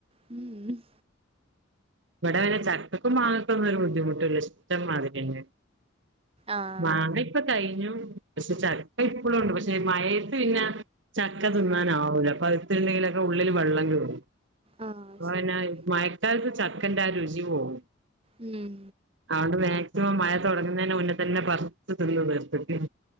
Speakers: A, on the right; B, on the right.
A: ഉം
B: ഇവിടെ പിന്നെ ചക്കക്കും മാങ്ങക്കൊന്നൊരു ബുദ്ധിമുട്ടൂല്ല ഇഷ്ടംമാതിരെന്നെ
A: ആഹ്
B: മാങ്ങ ഇപ്പ കഴിഞ്ഞു പക്ഷെ ചക്ക ഇപ്പളുണ്ട് പക്ഷെ മഴയത്ത് പിന്നെ ചക്ക തിന്നാനാവൂല
A: ആഹ്
B: പഴുത്ത്ണ്ടെങ്കിലൊക്കെ ഉള്ളില് വെള്ളം കേറും.
A: ആഹ്
B: അപ്പൊ
A: ശരിയാ
B: പിന്നെ മയക്കാലത്ത് ചക്കന്റെ ആ രുചി പോവും.
A: ഉം
B: അതുകൊണ്ട് മാക്സിമം മഴ തുടങ്ങുന്നന് മുന്നേ തന്നെ പറിച്ചു തിന്നു